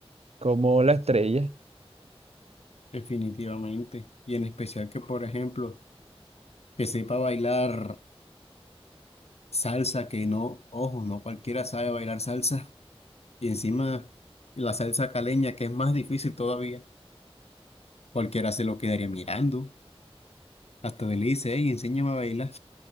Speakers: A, on the right; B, on the left.
A: como la estrella.
B: definitivamente. Y en especial que, por ejemplo, que sepa bailar salsa, que no, ojo, no cualquiera sabe bailar salsa. Y encima la salsa caleña, que es más difícil todavía. Cualquiera se lo quedaría mirando. Hasta le dice, hey, enséñame a bailar.